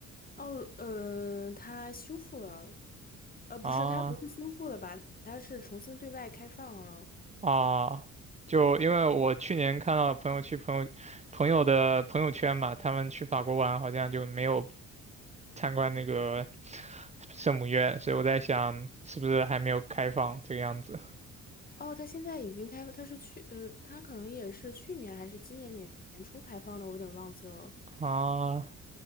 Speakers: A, on the left; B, on the right.
A: 哦，嗯呃，它修复了，呃，不是，
B: 啊
A: 它不是修复了吧？它是重新对外开放了。
B: 啊，就因为我去年看到朋友去朋友朋友的朋友圈嘛，他们去法国玩好像就没有参观那个圣母院，所以我在想是不是还没有开放这个样子。
A: 哦，它现在已经开，它是去，呃，它可能也是去年还是今年年年初开放的，我有点忘记了。
B: 啊，